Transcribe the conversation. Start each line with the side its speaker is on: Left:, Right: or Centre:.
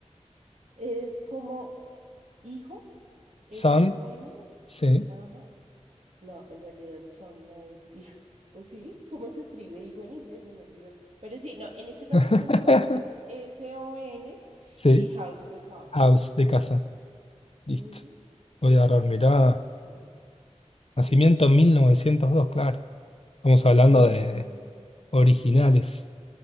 Right: Es como hijo, S-O-N,
Left: Sound, sí.
Right: ajá. No, en realidad son no es hijo. <laughs> ¿O sí? ¿Cómo se escribe hijo en inglés? Se me olvidó. Pero sí, no, en este caso
Left: <laughs>
Right: puntual es S-O-N
Left: Sí,
Right: y House de casa.
Left: house de
Right: Ujú,
Left: casa. Listo.
Right: ujú,
Left: Voy a agarrar, mirá.
Right: Sí.
Left: Nacimiento mil novecientos dos claro. Estamos hablando
Right: Ujú,
Left: de originales.